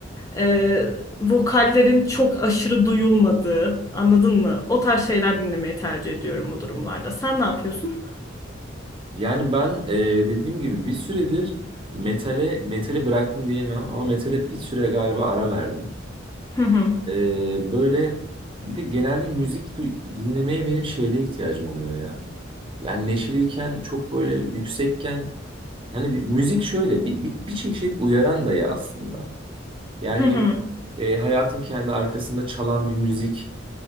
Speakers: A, on the left (about 15°); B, on the right (about 30°).
A: e, vokallerin çok aşırı duyulmadığı, anladın mı? O tarz şeyler dinlemeyi tercih ediyorum bu durumlarda. Sen ne yapıyorsun?
B: Yani ben e, dediğim gibi bir süredir metale metali bıraktım diyemem ama metale bir süre galiba ara verdim.
A: Hı hı.
B: E, böyle bir de genelde müzik du- dinlemeye benim şeyde ihtiyacım oluyor ya. Yani neşeliyken çok böyle yüksekken hani bir- müzik şöyle bir, bir, bir çeşit uyaran da ya aslında. Yani
A: Hı hı.
B: e, hayatın kendi arkasında çalan bir müzik